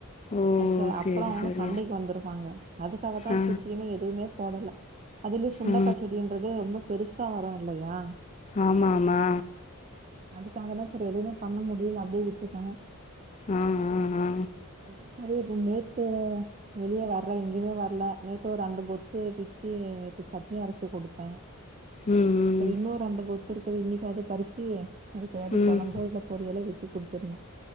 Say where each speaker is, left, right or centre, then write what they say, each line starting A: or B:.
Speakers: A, on the left; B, on the right.
A: ஓ
B: <unintelligible>
A: சரி
B: அப்புறம் அவங்க
A: சரி
B: சண்டைக்கு வந்திருப்பாங்க அதுக்காகத்தான்
A: ஆ
B: சுத்தி எதுவுமே போடல அதுலயே சுண்டக்கா
A: ஆ
B: செடின்றது ரொம்ப பெருஸ் இப்ப வர இல்லையா
A: ஆமா ஆமா
B: க்காகதா சரி எதுமே பண்ண முடில அப்டியே விட்டுட்ட
A: ஆ ஆ ஆ
B: அந்த செரி இது நேத்து வெளியே வர்ல எங்கயுமே வர்ல நேத்து ஒரு ரெண்டு கொத்து பிச்சி சட்னி அரச்சி கொடுத்த
A: ம் ம்
B: சரி இன்னு ரெண்டு கொ த்து இன்னிக்கி அத பறிச்சி அதுக்கு எதாவது
A: ம்
B: கொழம்போ இல்ல பொரியலோ வச்சு குடுத்துட்னு